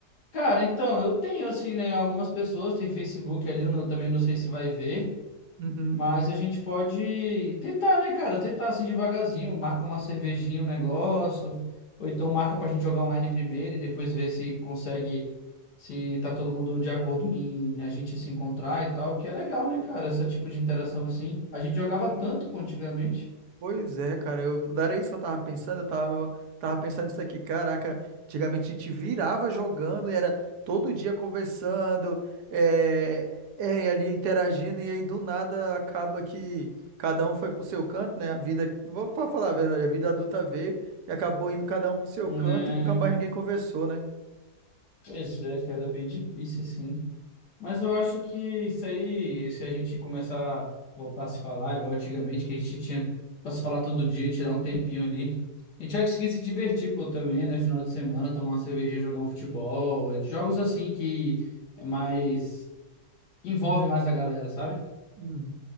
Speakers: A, on the left; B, on the right.
A: Cara, então, eu tenho, assim, né, algumas pessoas, tem Facebook ali, eu não- também não sei se vai ver,
B: Uhum.
A: mas a gente pode tentar, né, cara, tentar, assim, devagarzinho, marca uma cervejinha, um negócio, ou então marca pra gente jogar online primeiro e depois ver se consegue, se tá todo mundo de acordo em a gente se encontrar e tal, porque é legal, né, cara, esse tipo de interação, assim, a gente jogava
B: Sim,
A: tanto, pô, antigamente,
B: Pois é, cara, eu, não era isso que eu tava pensando, eu tava, tava pensando isso aqui, caraca, antigamente a gente virava jogando e era todo dia conversando, é, é, e ali interagindo, e aí do nada acaba que cada um foi pro seu canto, né, a vida, vou fa- falar a verdade, a vida adulta veio e acabou indo cada um pro seu
A: não
B: canto
A: é,
B: e nunca mais ninguém conversou, né?
A: pois é, cara, é bem difícil, assim. Mas eu acho que isso aí, se a gente começar a voltar a se falar, igual antigamente, que a gente tinha pra se falar todo dia, tirar um tempinho ali, a gente vai conseguir se divertir, pô, também, né? Final de semana, tomar uma cervejinha, jogar um futebol, jogos assim que é mais, envolve mais a galera, sabe?
B: Uhum.